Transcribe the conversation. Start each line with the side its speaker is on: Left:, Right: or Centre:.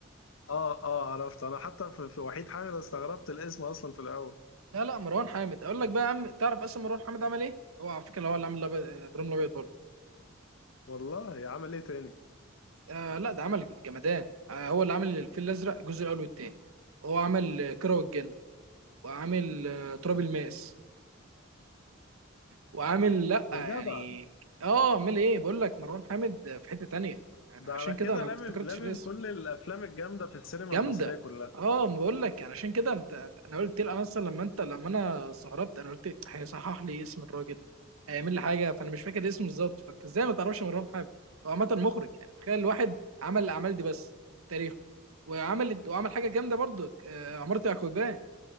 Left: اه اه عرفت انا حتى في في وحيد حامد استغربت الاسم اصلا في الاول
Right: لا لا مروان حامد اقول لك بقى يا عم تعرف اصلا مروان حامد عمل ايه هو على فكرة هو اللي عامل لابد- آه، ابراهيم الابيض برضه
Left: والله عمل ايه تاني
Right: آه لا ده عمل الجمدان آه هو اللي عامل الفيل الازرق الجزء الاول والثاني هو عامل آه، كيرة والجن وعامل آه، تراب الماس وعامل لا
Left: يا
Right: يعني
Left: جدع
Right: اه عامل ايه بقول لك مروان حامد آه، في حتة تانية يعني
Left: ده
Right: عشان
Left: على كده
Right: كده انا
Left: لامم
Right: ما افتكرتش
Left: لامم
Right: الاسم
Left: كل الافلام الجامده في السينما
Right: جامده
Left: المصريه كلها
Right: اه ما بقول لك يعني عشان كده انت أنت- انا قلت لك انا اصلا لما انت لما انا استغربت انا قلت هيصحح لي اسم الراجل هيعمل لي حاجه فانا مش فاكر اسمه بالظبط فانت ازاي ما تعرفش مروان حامد هو عامه مخرج يعني تخيل واحد عمل الاعمال دي بس في تاريخه وعمل وعمل حاجه جامده برضو آه، عمارة يعقوبيان